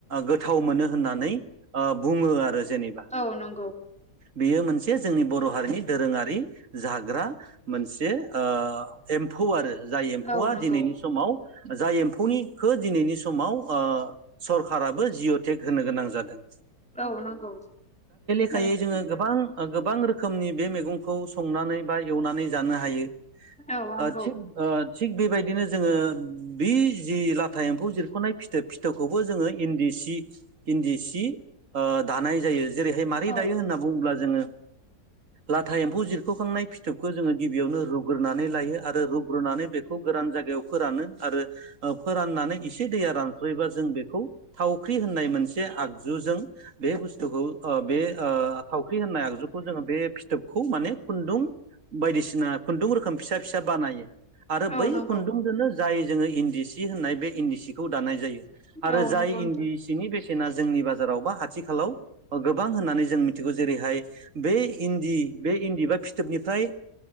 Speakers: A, on the right; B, in the centre.
A: गोथाव मोनो होननानै ओ बुङो आरो जेनेबा।
B: औ नंगौ
A: बेयो मोनसे जोंनि बर' हारिनि दोरोङारि जाग्रा मोनसे ओ एम्फौ आरो जाय एम्फौआ
B: औ नंगौ
A: दिनैनि समाव जाय एम्फौनिखौ दिनैनि समाव ओ सरखाराबो जिअ टेक होनो गोनां जादों।
B: औ नंगौ।
A: खायै
B: थारैनो
A: जोङो गोबां गोबां रोखोमनि बे मैगंखौ संनानै बा एवनानै जानो हायो।
B: औ नंगौ
A: ओ थिग ओ थिग बेबायदिनो जोङो बि जि लाथा एम्फौ जिरख'नाय फिथो फिथोबखौबो जोङो इन्दि सि इन्दि सि ओ दानाय जायो जेरैहाय मारै
B: औ
A: दायो होनना बुङोब्ला जोङो लाथा एम उ जिरख'खांनाय फिथोबखौ जोङो गिबियावनो रुग्रोनानै लायो आरो रुग्रोनानै बेखौ गोरान जायगायाव फोरानो आरो फोराननानै एसे दैया रानसयोबा जों बेखौ थावख्रि होननाय मोनसे आगुजों बे बुस्थुखो ओ ओ थावख्रि होननाय आगजुखौ जोङो बे फिथोबखौ माने खुन्दुं बायदिसिना खुन्दुं रोखोम फिसा फिसा बानायो आरो
B: औ
A: बै
B: नंगौ
A: खुन्दुंजोंनो जाय जोङो इन्दि सि होननाय बे इन्दि सिखौ दानाय जायो आरो
B: औ
A: जाय
B: नंगौ नोंथां
A: इन्दि सिनि बेसेना जोंनि बाजाराव बा आथिखालाव गोबां होननानै जों मिथिगौ जेरैहाय बे इन्दि बे इन्दि बा फिथोबनिफ्राय